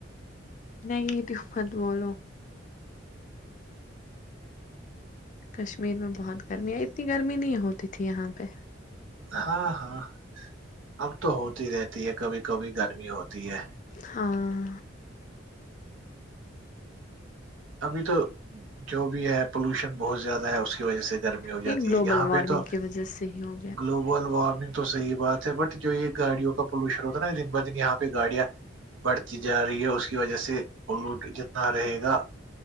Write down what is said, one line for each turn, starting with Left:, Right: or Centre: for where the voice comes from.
Left: نگیٹیو مت بولو کشمیر میں بہت گرمییا ہے اتنی گرمی نہیں ہوتی تھی یہاں پہ
Right: ہاں ہاں اب تو ہوتی رہتی ہے کبھی کبھی گرمی ہوتی ہے
Left: ہاں
Right: ابھی تو جو بھی ہے پولوشن بہت زیادہ ہے اس کے وجہ سے گرمی ہو
Left: یہ
Right: جاتی
Left: گلوبل
Right: ہے یہاں
Left: وارمنگ
Right: پہ تو
Left: کی وجہ سے ہی ہو
Right: گلوب بل وارمنگ تو صحیح بات ہے بٹ جو یہ گاڑی کا پولوشن ہوتا نا دن ب دن یہاں پہ گاڑیاں بڑھتی جا رہی ہے اس کی وجہ سے پلوٹ جتنا رہے گا